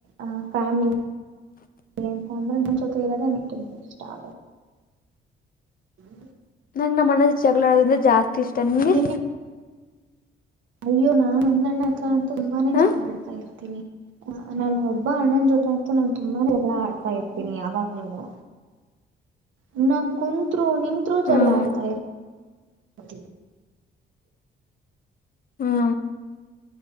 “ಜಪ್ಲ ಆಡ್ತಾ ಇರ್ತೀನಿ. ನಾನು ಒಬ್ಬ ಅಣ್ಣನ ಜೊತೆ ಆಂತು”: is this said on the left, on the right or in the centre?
Right